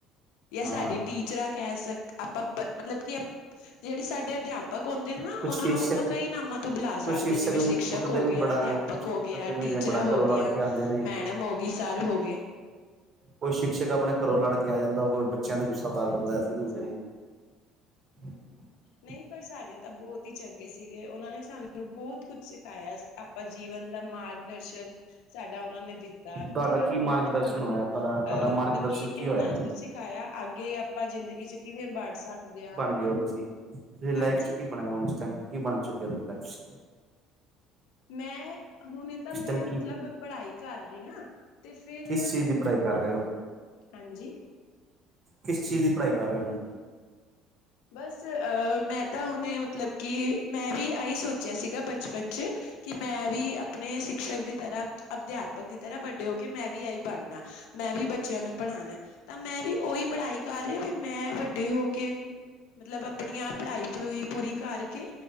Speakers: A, on the left (about 80°); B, on the right (about 30°).
A: ਜਾਂ
B: ਹਾਂ
A: ਸਾਡੇ ਟੀਚਰਾਂ ਕਹਿ ਸਕ, ਆਪਾਂ ਮਤਲਬ ਕਿ ਜਿਹੜੀ ਸਾਡੇ ਅਧਿਆਪ ਅਧਿਆਪਕ ਹੁੰਦੇ ਨੇ ਨਾ
B: ਕੁਛ
A: ਉਹਨਾਂ
B: ਸ਼ੀਰਸ਼ਕ
A: ਨੂੰ ਆਪਾਂ ਕਈ ਨਾਮਾਂ ਤੋਂ ਬੁਲਾ
B: ਕੁਛ
A: ਸਕਦੇ
B: ਸ਼ਿਕਸ਼ਕ
A: ਹਾਂ, ਜਿਵੇਂ ਸ਼ਿਕਸ਼ਕ
B: ਕੁੱਟਦੇ
A: ਹੋ
B: ਵੀ
A: ਗਿਆ
B: ਬੜਾ
A: ਅਧਿਆਪਕ
B: ਨੇ ਕੁਛ
A: ਪਕ ਹੋ
B: ਕੁੱਟਦੇ
A: ਗਿਆ
B: ਵੀ
A: ਟੀਚਰਾਂ
B: ਨੇ ਬੜਾ
A: ਹੋ
B: ਘਰੋਂ ਲੜ
A: ਗਿਆਂ
B: ਕੇ ਆਉਂਦੇ ਨੇ
A: ਮੈਡਮ ਹੋ ਗਈ ਸਰ ਹੋ ਗਏ
B: ਕੋਈ ਸ਼ਿਕਸ਼ਕ ਆਪਣੇ ਘਰੋਂ ਲੜ ਕੇ ਆ ਜਾਂਦਾ ਉਹ ਬੱਚਿਆਂ ਦਾ ਗੁੱਸਾ ਉਤਾਰ
A: ਹਾਂਜੀ-ਹਾਂਜੀ
B: ਦਿੰਦਾ ਏਸੇ ਵੀ ਹੁਣਦੇ ਨੇ ਹ <inaudible>
A: ਨਹੀ ਪਰ ਸਾਡੇ ਤਾਂ ਬਹੁਤ ਹੀ ਚੰਗੇ ਸੀਗੇ ਉਹਨਾਂ ਨੇ ਸਾਨੂੰ ਬਹੁਤ ਕੁਛ ਸਿਖਾਇਆ ਆਪਾਂ ਜੀਵਨ ਦਾ ਮਾਰਗ ਦਰਸ਼ਨ ਸਾਡਾ ਉਹਨਾਂ ਨੇ ਦਿੱਤਾ
B: ਤੁਹਾਡਾ
A: ਠੀਕ
B: ਕੀ
A: ਹੈ, ਉਹਨਾਂ
B: ਮਾਰਗਦਰਸ਼ਨ
A: ਨੇ ਸਾਨੂੰ
B: ਹੋਇਆ
A: ਅਹ
B: ਤੁਹਾਡਾ ਤੁਹਾਡਾ ਮਾਰਗਦਰਸ਼ਨ
A: ਮਤਲਬ ਕਿ
B: ਕੀ
A: ਇੰਨਾ
B: ਹੋਇਆ
A: ਕੁਛ ਸਿਖਾਇਆ ਅੱਗੇ ਆਪਾਂ ਜ਼ਿੰਦਗੀ ਚ ਕਿਵੇਂ ਵੜ ਸਕਦੇ ਹਾਂ
B: ਤੁ ਤੁਸੀਂ ਲਾਈਫ
A: ਹਾਂਜੀ
B: ਚ ਕੀ ਬਣਾਯਾ ਹੁਨ ਇਸ ਟਾਈਮ, ਕੀ ਬਣ ਚੁੱਕੇ ਹੁਨ ਲਾਈਫ ਚ
A: ਮੈਂ ਹੁਣੇ ਤਾਂ
B: ਇਸ
A: ਮੈਂ
B: ਟਾਈਮ ਕੀ
A: ਮਤਲਬ ਪੜ੍ਹਾਈ ਕਰ ਰਹੀ ਹਾਂ ਤੇ ਫਿਰ
B: ਕਿਸ ਚੀਜ਼ ਦੀ ਪੜ੍ਹਾਈ ਕਰ ਰਹੇ ਹੋ
A: ਹਾਂਜੀ
B: ਕਿਸ ਚੀਜ਼ ਦੀ ਪੜ੍ਹਾਈ ਕਰ ਰਹੇ ਹੋ ਹੁਣ
A: ਬਸ ਅਹ ਮੈਂ ਤਾਂ ਹੁਣੇ ਮਤਲਬ ਕਿ ਮੈਂ ਵੀ ਆਹੀ ਸੋਚਿਆ ਸੀਗਾ ਬਚਪਨ ਚ ਕਿ ਮੈਂ ਵੀ ਆਪਣੇ ਸ਼ਿਕਸ਼ਕ ਦੀ ਤਰ੍ਹਾਂ ਅਧਿਆਪ ਪਕ ਦੀ ਤਰ੍ਹਾਂ ਵੱਡੇ ਹੋ ਕੇ ਮੈਂ ਵੀ ਇਹੀ ਬਣਨਾ ਮੈਂ ਵੀ ਬੱਚਿਆਂ ਨੂੰ ਪੜ੍ਹਾਉਣਾ, ਤਾਂ ਮੈਂ ਵੀ ਉਹੀ ਪੜ੍ਹਾਈ ਕਰ ਰਹੀ ਵੀ ਮੈਂ ਵੱਡੇ ਹੋ ਕੇ ਵੀ ਮਤਲਬ ਆਪਨੀਆਂ ਪੜ੍ਹਾਈ ਪੜ੍ਹੂਈ ਪੂਰੀ ਕਰਕੇ